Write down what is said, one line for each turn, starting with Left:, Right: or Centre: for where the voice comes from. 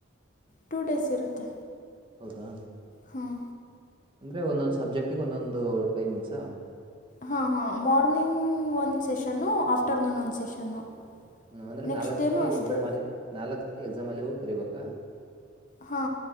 Left: ಟೂ ಡೇಸ್ ಇರುತ್ತೆ
Right: ಹೌದಾ
Left: ಹಾಂ
Right: ಅಂದ್ರೆ ಒಂದೊಂದು ಸಬ್ಜೆಕ್ಟಿಗೆ ಒಂದೊಂದು ಟೈಮಿಂಗ್ಸಾ
Left: ಹಾ ಹಾ ಮಾರ್ನಿಂಗ್ ಒಂದ್ ಸೆಷನ್ನು ಆಫ್ಟರ್ನೂನ್ ಒಂದ ಸೆಷನ್ನು
Right: ಅಂದ್ರೆ
Left: ನೆಕ್ಸ್ಟ್
Right: ನಾಲ್ಕು
Left: ಡೇನೂ
Right: ಸತಿ
Left: ಅಷ್ಟೇ
Right: ಎಕ್ಸಾಮ್ ಅಲ್ಲಿ ನಾಲ್ಕು ಸತಿ ಎಕ್ಸಾಮ್ ಅಲ್ಲಿ ಹೋಗಿ ಬರಿಬೇಕಾ
Left: ಹಾ